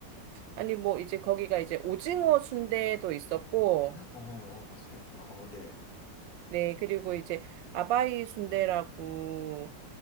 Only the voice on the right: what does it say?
아니, 뭐 이제 거기가 이제 오징어 순대도 있었고,
네, 그리고 이제 아바이 순대라고